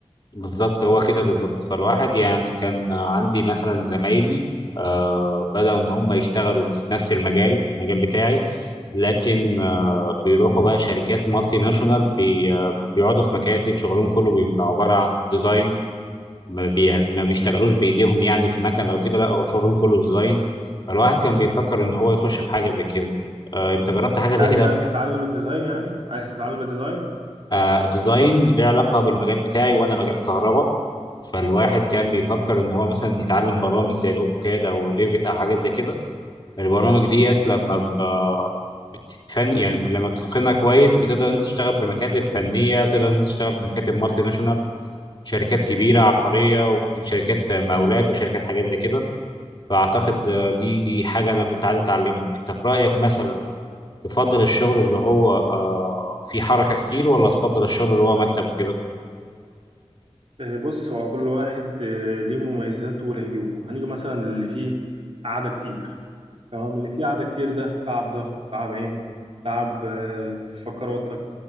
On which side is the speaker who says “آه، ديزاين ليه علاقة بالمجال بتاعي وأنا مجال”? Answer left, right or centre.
Left